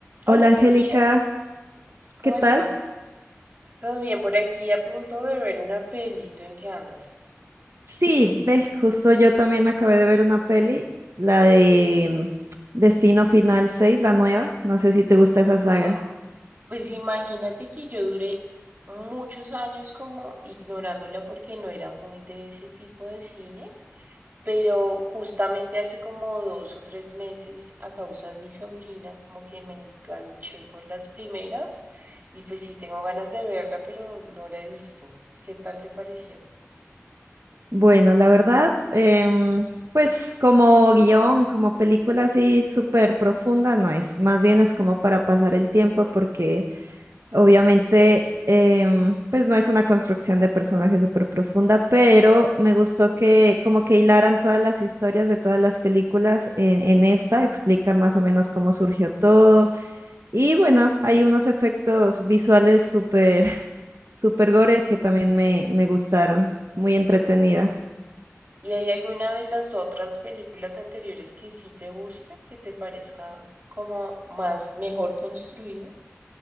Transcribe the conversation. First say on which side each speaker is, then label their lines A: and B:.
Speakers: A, on the right (about 35°); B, on the right (about 65°).
A: Hola
B: Hola Angélica,
A: Sofía, ¿cómo
B: ¿qué tal?
A: estás? ¿Todo bien por aquí? A punto de ver una peli, ¿tú en qué andas?
B: Sí, ve, justo yo también acabé de ver una peli, la de mm, Destino Final seis, la nueva. No sé si te gusta esa saga.
A: Ah, Pues imagínate que yo duré muchos años como ignorándola porque no era muy de ese tipo de cine, pero justamente hace como dos o tres meses a causa de mi sobrina como que me enganché con las primeras y pues sí tengo ganas de verla, pero no la he visto. ¿Qué tal te pareció?
B: Bueno, la verdad, em, pues como guión, como película así súper profunda no es, más bien es como para pasar el tiempo porque obviamente em, pues no es una construcción de personaje súper profunda, pero me gustó que como que hilaran todas las historias de todas las películas en, en esta, explican más o menos cómo surgió todo y bueno, hay unos efectos visuales súper, <laughs> súper gore que también me, me gustaron, muy entretenida.
A: ¿Y hay alguna de las otras películas anteriores que sí te gusta que te parezca como más mejor construida?